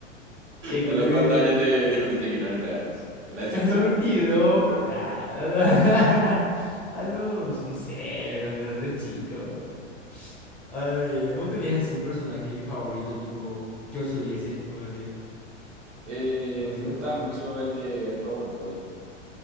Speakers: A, in the centre; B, on the right.
A: Te
B: A
A: juro
B: los
A: que
B: cuatro años te descubriste que no eran reales. La decepción.
A: a los 22 por- <laughs> ah, a los, <laughs> a los, no sé, cuando era re chico. Ay, ¿vos tenías así un personaje favorito tipo yo soy ese? Vos decías,
B: Eh,
A: no se
B: me
A: te
B: gustaba
A: ocurre
B: mucho
A: uno.
B: el de Robot Boy,